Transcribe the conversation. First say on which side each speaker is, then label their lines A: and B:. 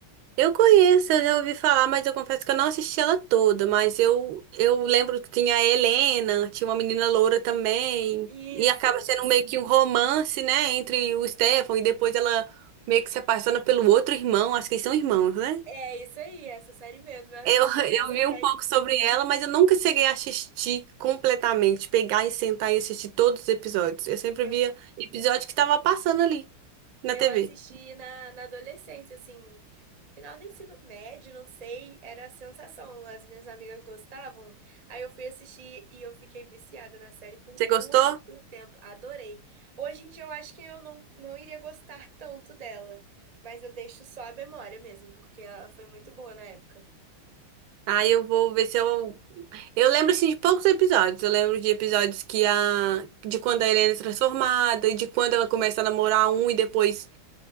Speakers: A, on the right; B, on the right.
A: Eu conheço, eu já ouvi falar, mas eu confesso que eu não assisti ela toda, mas eu, eu lembro que tinha a Helena, tinha uma menina loura também,
B: Isso.
A: e acaba sendo meio que um romance, né, entre o Stefan e depois ela meio que se apaixona pelo outro irmão, acho que eles são irmãos, né?
B: É isso aí, essa série mesmo. Eu assisti
A: Eu, <laughs>
B: essa
A: eu vi
B: série.
A: um pouco sobre ela, mas eu nunca cheguei a assistir completamente, pegar e sentar e assistir todos os episódios. Eu sempre
B: eu
A: via episódio que tava passando ali na
B: Eu
A: TV.
B: assisti na, na adolescência, assim, final do ensino médio, não sei, era a sensação. As minhas amigas gostavam, aí eu fui assistir e eu fiquei viciada na série por
A: Você
B: muito
A: gostou?
B: tempo. Adorei. Hoje em dia eu acho que eu não, não iria gostar tanto dela, mas eu deixo só a memória mesmo, porque ela foi muito boa na época.
A: Aí eu vou ver se eu Eu lembro, assim, de poucos episódios. Eu lembro de episódios que a... De quando a Helena é transformada, e de quando ela começa a namorar um e depois